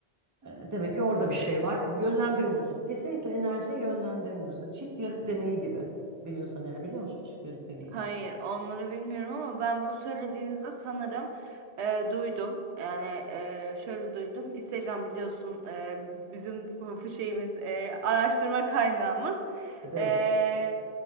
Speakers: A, on the right; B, on the right.
A: E, Demek ki orada bir şey var. Yönlendirmiyorsunuz. Kesinlikle enerjiyi yönlendirmiyorsun. Çift yarık deneyi gibi. Biliyorsan eğer biliyor musun çift yarık deneyini?
B: Hayır, onları bilmiyorum ama ben bu söylediğinizde sanırım e, duydum. Yani e, şöyle duydum. Instagram biliyorsun e, bizim f- şeyimiz, e, araştırma kaynağımız.
A: Evet, evet
B: E,